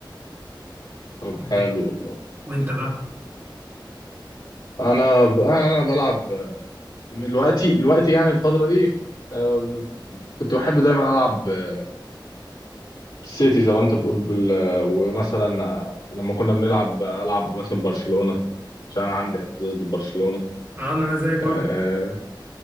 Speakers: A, on the left (about 60°); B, on the right (about 30°).
A: طب
B: وانت
A: حلو والله
B: وإنت بقى
A: أنا ب- أنا بلعب آه، دلوقتي دلوقتي يعني الفترة دي آه، ب- كنت بحب دايما ألعب آه، سيتي زي ما انت بتقول بال... ومثلا لما كنا بنلعب العب مثلا برشلونة عشان انا عندي اعتزاز لبرشلونة
B: آه، انا زيك برضو
A: آه...